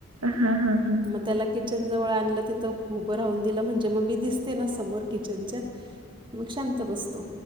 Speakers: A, on the right (about 85°); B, on the right (about 20°).
A: हा हा हा.
B: मग त्याला किचन जवळ आणलं तिथं उभं राहून दिलं म्हणजे मग मी दिसते ना समोर किचनच्या मग शांत बसतो.